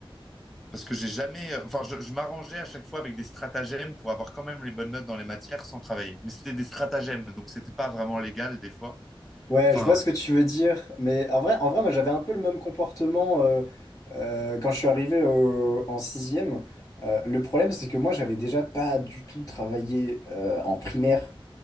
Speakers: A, in the centre; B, on the left.
A: parce que j'ai jamais, enfin, je, je m'arrangeais à chaque fois avec des stratagèmes pour avoir quand même les bonnes notes dans les matières sans travailler. Mais c'était des stratagèmes, donc c'était pas vraiment légal des fois.
B: Ouais,
A: Enfin,
B: je vois ce que tu veux dire, mais en vrai, en vrai, moi j'avais un peu le même comportement euh, euh, quand je suis arrivé au- en sixième. Euh, le problème, c'est que moi j'avais déjà pas du tout travaillé euh, en primaire.